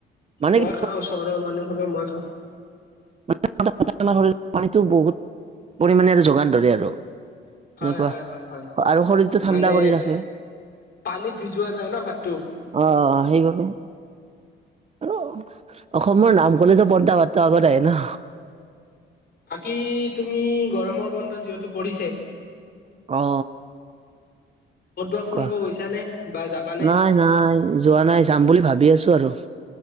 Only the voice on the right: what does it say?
মানে
কি
<unintelligible> পৰিমাণেৰে যোগান ধৰে আৰু
এনেকুৱা
আৰু শৰীৰটো ঠাণ্ডা
কৰি ৰাখে।
অ অ সেইবাবে। অ অসমৰ নাম কলে যে বন্টা ভাতটো আগতে আহে ন।
অঁ।
কোৱা,
নাই নাই যোৱা নাই যাম বুলি ভাবি আছো আৰু।